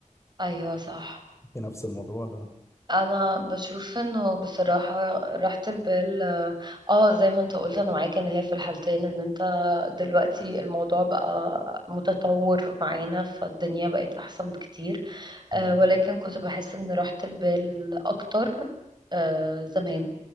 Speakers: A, on the right; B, on the left.
A: ايوه صح
B: في نفس الموضوع
A: انا بشوف انه بصراحة راحة البال اه آه، زي ما انت قلت انا معاك ان هي في الحالتين ان انت دلوقتي الموضوع بقى متطور معانا فالدنيا بقت احسن بكتير آه
B: لا
A: ولكن كنت بحس ان راحة البال اكتر آه زمان